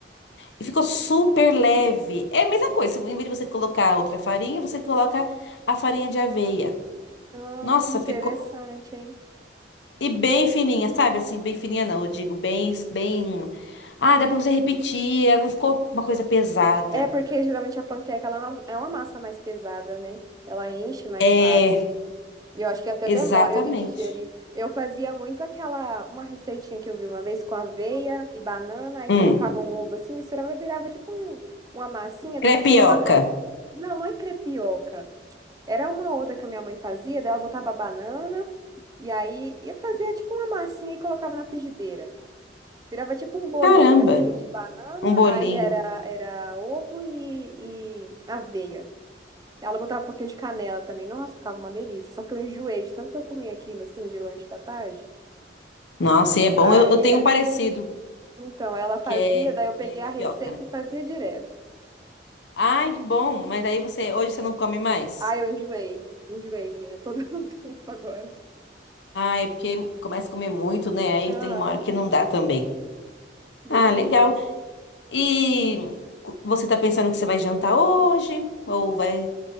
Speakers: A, on the left (about 80°); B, on the right (about 20°).
A: E ficou super leve. É a mesma coisa. Em vez de você colocar outra farinha, você coloca a farinha de aveia.
B: Hum,
A: Nossa,
B: interessante,
A: ficou.
B: hein?
A: E bem fininha, sabe? Assim, bem fininha não. Eu digo bem, bem. Ah, dá pra você repetir. Ela não ficou uma coisa pesada.
B: É porque geralmente a panqueca ela é uma, é uma massa mais pesada, né? Ela enche mais
A: É,
B: fácil. E eu acho que até
A: exatamente.
B: demora de digerir. Eu fazia muito aquela, uma receitinha que eu vi uma vez com aveia e banana, aí
A: Hum,
B: colocava um ovo assim, misturava e virava tipo um- uma massinha,
A: crepioca.
B: da gente coloca. Não, não é crepioca. Era uma outra que a minha mãe fazia, daí ela botava banana, e aí eu fazia tipo uma massinha e colocava na frigideira. Virava tipo um bolinho
A: Caramba,
B: assim de banana,
A: um bolinho.
B: aí era, era ovo e, e aveia. Ela botava um pouquinho de canela também. Nossa, ficava uma delícia. Só que eu enjoei de tanto que eu comia aquilo assim de lanche da tarde.
A: Nossa, e é bom.
B: Aí,
A: Eu, eu tenho um parecido,
B: então, ela fazia,
A: que
B: daí eu peguei
A: é crepioca,
B: a receita
A: né?
B: e fazia direto.
A: Ai, que bom. Mas aí você, hoje você não come mais?
B: Aí eu enjoei. Enjoei, menina, todo <laughs> o tempo agora.
A: Ah, é porque começa a comer muito, né? Aí
B: Aham,
A: tem uma hora que não dá também.
B: desse
A: Ah, legal.
B: jeito.
A: E cu- você tá pensando que você vai jantar hoje? Ou vai